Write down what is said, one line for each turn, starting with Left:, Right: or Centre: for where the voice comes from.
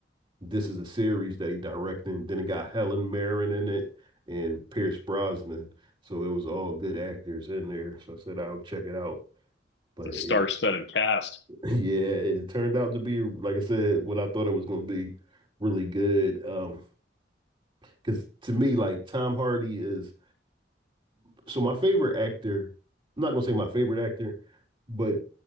Right: this is a series that he directed. Then it got Helen Mirren in it and Pierce Brosnan. So it was all good actors in there. So I said I'll check it out. But
Left: It's
Right: it,
Left: a star-studded cast.
Right: <laughs> yeah, it turned out to be, like I said, what I thought it was going to be really good. Um, because to me, like Tom Hardy is so my favorite actor. I'm not gonna say my favorite actor, but